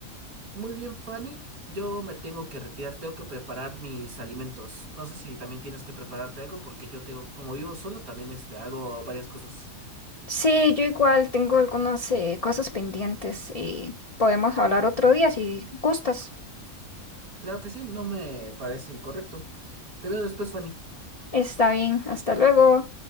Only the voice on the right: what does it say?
Muy bien, Fanny. Yo me tengo que retirar, tengo que preparar mis alimentos. No sé si también tienes que prepararte algo porque yo tengo, como vivo solo, también este, hago varias cosas.
Claro que sí, no me parece incorrecto. Te veo después, Fanny.